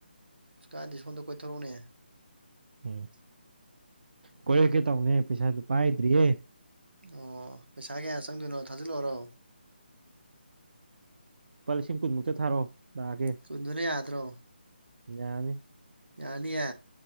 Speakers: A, on the right; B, on the right.
A: ꯑꯁ ꯀꯥꯟꯗꯦ ꯁꯣꯟꯗ ꯀꯣꯏꯊꯣꯔꯛꯎꯅꯦ
B: ꯎꯝ ꯀꯣꯏꯔꯛꯀꯦ ꯇꯧꯅꯦ ꯄꯩꯁꯥꯗꯨ ꯄꯥꯏꯗ꯭ꯔꯤꯌꯦ
A: ꯑꯣ ꯄꯩꯁꯥ ꯀꯌꯥ ꯆꯪꯗꯣꯏꯅꯣ ꯊꯥꯖꯤꯜꯂꯛꯑꯣꯔꯣ
B: ꯂꯨꯄꯥ ꯂꯤꯁꯤꯡ ꯀꯨꯟꯃꯨꯛꯇ ꯊꯥꯔꯛꯑꯣ ꯂꯥꯛꯑꯒꯦ
A: ꯀꯨꯟꯗꯨꯅ ꯌꯥꯔꯗ꯭ꯔꯣ
B: ꯌꯥꯔꯅꯤ
A: ꯌꯥꯔꯅꯤꯌꯦ